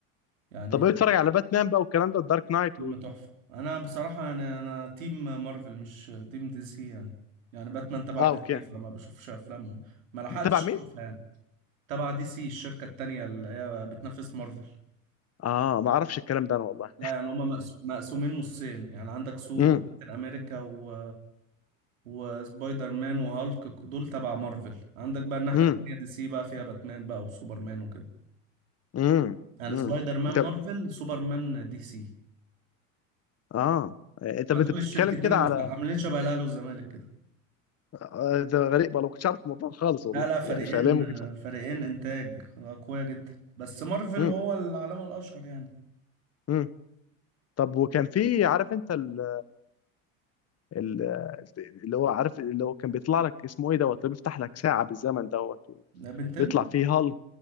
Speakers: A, on the right; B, on the left.
A: يعني
B: طب ايه بتتفرج على باتمان بقى والكلام ده الدارك نايت
A: فيلم
B: وال...
A: تحفة انا بصراحة يعني انا تيم مارفل مش تيم دي سي يعني يعني باتمان تبع
B: اه
A: دي
B: اوكي
A: سي فما بشوفش افلامهم ما لحقتش
B: بتابع مين؟
A: اشوفها يعني تبع دي سي الشركة التانية اللي هي بتنافس مارفل
B: اه ما اعرفش الكلام ده انا والله
A: لا يعني هما مقس- مقسومين نصين يعني عندك ثور
B: امم
A: وكابتن امريكا و... وسبايدر مان وهالك دول تبع مارفل عندك بقى الناحية
B: امم
A: التانية دي سي بقى فيها باتمان بقى وسوبرمان وكده
B: امم
A: يعني
B: امم
A: سبايدر مان
B: انت
A: مارفل سوبرمان دي سي
B: اه انت انت
A: فدول
B: بتتكلم
A: الشركتين
B: كده
A: اللي
B: على
A: مش عاملين شبه الاهلي والزمالك كده
B: آه، ده غريب والله ما كنتش عارف الموضوع خالص والله
A: لا لا فريقين
B: يعني فعليا ما كنتش عارف
A: فريقين انتاج قوية جدا بس مارفل
B: امم
A: هو العلامة الاشهر يعني
B: امم طب وكان في عارف انت ال... ال... اللي هو عارف اللي هو كان بيطلع لك اسمه ايه دوت اللي بيفتح لك ساعة بالزمن دوت
A: ده بنتين
B: بيطلع فيه هالك